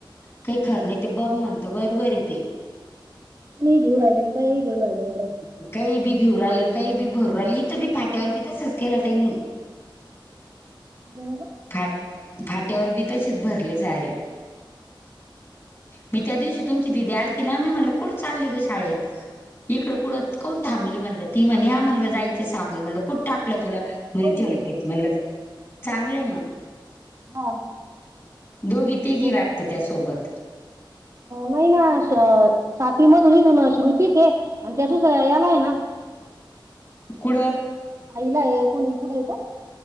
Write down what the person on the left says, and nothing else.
काही खर
नाही ते बम म्हणते बरोबर इ तेे
काही बी घेऊ रालं काही बी भरू राहिली इथं बी फाट्यावर बी तसंच केलं त्यांनी
फाट फाट्यावर बी तसेच भरले सारे मी त्या दिवशी तुमची दिदी आली त ना मी म्ह क चालली ग शाळेत इकड कु को थांबली म्हण ती म्हणेलायच चांगल म्हण कुठ टाकलं तुला म्हणे
झडपीत म्हणलं चांगलंय मग
दोघी
तेघी वाटतं त्यासोबत
ककड